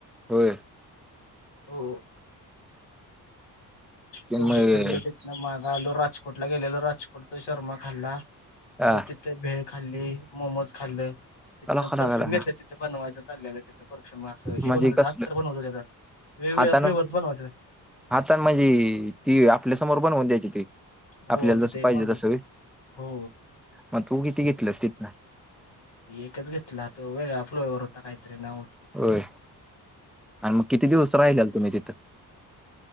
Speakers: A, in the centre; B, on the left.
A: होय.
B: हो. हो. तेवढं
A: मग
B: फिरलो तितन मार आलो राजकोटला गेलेलो. राजकोटचा शर्मा खाल्ला
A: हा
B: परत ति भेळ खाल्ली. मोमोज खाल्ल. तिथनं
A: कला कला
B: परफ्यूम
A: कला
B: घेतलं तिथ बनवायचं चाललेलं. परफ्युमअस हे
A: म्हणजे
B: बनवतत्यात
A: कसलं
B: आंतर बनवत होते त्या वेगवेगळ्य
A: हातानं
B: फ्लेवरचं बनवायचं.
A: आता म्हजी ती आपल्यासमोर बनवून देत्याती.
B: हो
A: आपल्याला
B: तिथे
A: जस
B: एक
A: पाहिजे
B: बनवत
A: तस व्हयं.
B: हो.
A: मग तू किती घेतलंस तिथन?
B: एकच घेतला तर वेगळा फ्लोवर होता काहीतरी नाव हो
A: होय, आणि मग किती दिवस राहिलेला तुम्ही तिथं?